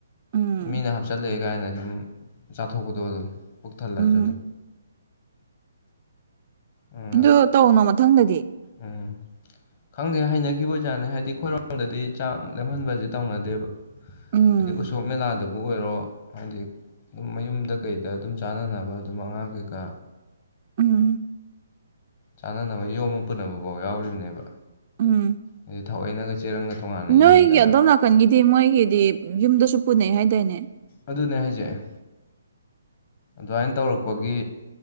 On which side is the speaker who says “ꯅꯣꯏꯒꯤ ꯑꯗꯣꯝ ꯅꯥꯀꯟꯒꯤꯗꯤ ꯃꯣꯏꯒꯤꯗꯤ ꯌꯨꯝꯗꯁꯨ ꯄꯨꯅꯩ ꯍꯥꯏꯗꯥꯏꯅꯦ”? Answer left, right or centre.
Right